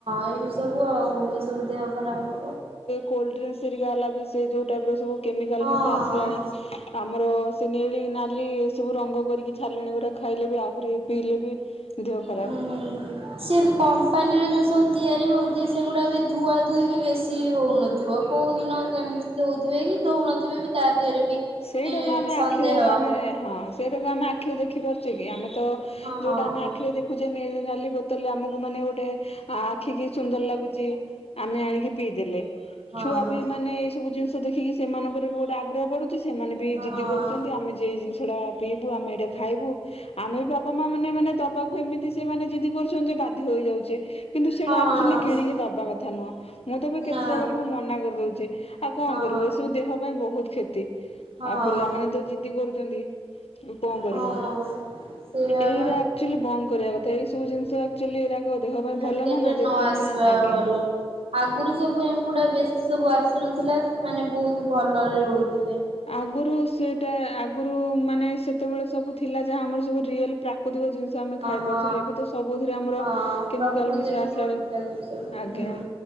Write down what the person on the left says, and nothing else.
କୋଲଡ୍ରିଙ୍କ ସେରିକା ହେଲା ବି ସେ ଯଉ ଟାଇପ୍ ର ସବୁ କେମିକାଲ
ମିଶା ଆସିଲାଣି ଆମର ସେ ନେଳି ନାଲି ଏ ସବୁ ରଙ୍ଗ କରିକି ଛାିଲଣି ଗଡା ଖାଇଲେ ବି ଆହୁରି ପିଇଲେ ବି ଦେହ ଖରାପ।
ସେଇଟା
ଆମେ
ଆଖିରେ ଆମେ ହଁ ସେଇଟା ଆମେ ଆଖିରେ ଦେଖିପାରୁ ସେ କି ଆମେ ତ
ଯୋଉଟା ଆମେ ଆଖିରେ ଦେଖୁଛେ ନେଇ ନାଲି ବୋତଲରେ ଆମକୁ ମାନେ ଗୋଟେ ଆ ଆଖି କି ସୁନ୍ଦର ଲାଗୁଛି ଆମେ ଆଣିକି ପିଇଦେଲେ
ଛୁଆ ବି ମାନେ ଏଇ ସବୁ ଜିନି ଦେଖିକି ସେମାନଙ୍କର ବି ଗୋଟେ ଆଗ୍ରହ ବଢୁଚି ସେମାନେ ବି
ଜିଦି କରୁଛନ୍ତି ଆମେ ଯ ଜିନିଷ ଛଡା ପିଇବୁ ଆମେ ଏଇଟା ଖାଇବୁ ଆମେ ବି ବାପା ମା ମାନେ ମାନେ ଦବାକୁ ଏମିତି ସେମାନେେ ଜିଦି କରୁଛନ୍ତି ଯେ ବା ଦ୍ୟ ହେଇଯାଉଚେ କିନ୍ତୁ
ଆକୁଚିଲି କିଣିକି ଦବା କଥା ଥାନ ମୁଁ ତ ବି କେତେ
ଜାଗାରେ ମୁଁ ମନା କରିଦେଉଛି ଆଉ କଣ
କରିବ ଏସବୁ ଦେହ ପାଇଁ ବହୁତ ଖେତି ଆଉ
ପିଲାମାନେ ତ ଜିଦି କରୁଛନ୍ତି କଣ କରିବ
ଏଇା
ଆଚୁଲି ବନ୍ଦ କରିବା କଥା ଏଇବୁ ଜିନିଷ ଆକୁଚିଲି ଏରାକ ଦେହ ପାଇଁ
ଭଲ ନୁହଁ ନା ଯେତେ
ମାନେ ଆଜ୍ଞା
ଆଗରୁ ସେଟା ଆଗରୁ ମାନେ ସେ କେତେବେଳେ ସବୁ ଥିଲା ଯା ଆମର ସବୁ ରିଏଲାକ୍ ପ୍ରା ପ୍ରାକୃତିକ ଜିନିଷ ଆମେ ଖାଇ
ପାରୁଥିଲେ ଏବେ ତ ସବୁଥିରେ ଆମର
କେମିକାଲ
ମିଶାଇ ଆସିଲାଣି
ଆଜ୍ଞା